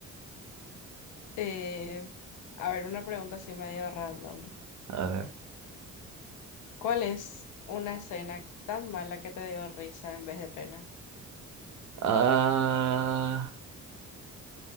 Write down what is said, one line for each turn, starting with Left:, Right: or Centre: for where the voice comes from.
Left: Eh, a ver, una pregunta así medio random.
Right: A ver.
Left: ¿Cuál es una escena tan mala que te dio risa en vez de pena?
Right: Ah,